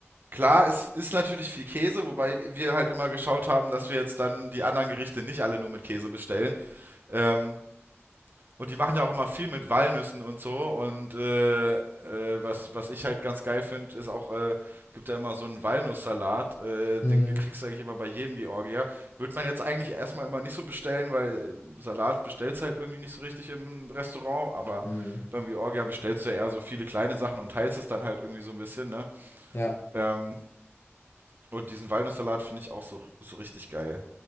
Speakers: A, on the right; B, on the left.
A: Klar, es ist natürlich viel Käse, wobei wir halt immer geschaut haben, dass wir jetzt dann die anderen Gerichte nicht alle nur mit Käse bestellen, Ähm, und die machen ja auch immer viel mit Walnüssen und so. Und äh, äh, was, was ich halt ganz geil finde, ist auch, äh, gibt ja immer so einen Walnusssalat. Äh,
B: Hm,
A: den kriegst du eigentlich immer bei jedem Georgier. Würde man jetzt eigentlich erstmal immer nicht so bestellen, weil äh, Salat bestellst halt irgendwie nicht so richtig im Restaurant. Aber
B: hm.
A: beim Georgier bestellst du ja eher so viele kleine Sachen und teilst es dann halt irgendwie so ein bisschen, ne?
B: Ja.
A: Ähm, und diesen Walnusssalat finde ich auch so, so richtig geil.